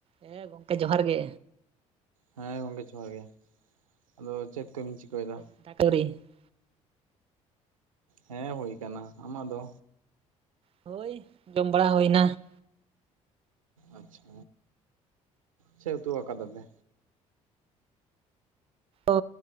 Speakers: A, on the right; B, on the right.
A: ᱦᱮᱸ ᱜᱚᱝᱠᱮ ᱡᱚᱦᱟᱨ ᱜᱮ
B: ᱦᱮᱸ ᱜᱚᱝᱠᱮ ᱡᱚᱦᱟᱨ ᱜᱮ ᱟᱫᱚ ᱪᱮᱫ ᱠᱚᱵᱤᱱ ᱪᱤᱠᱟᱹᱭᱮᱫᱟ
A: <unintelligible>
B: ᱦᱮᱸ ᱦᱳᱭ ᱠᱟᱱᱟ ᱟᱢᱟᱜ ᱫᱚ
A: ᱦᱳᱭ ᱡᱚᱢ ᱵᱟᱲᱟ ᱦᱩᱭᱱᱟ
B: ᱟᱪᱪᱷᱟ ᱪᱮᱫ ᱩᱛᱩ ᱟᱠᱟᱫᱟ ᱯᱮ
A: ᱚ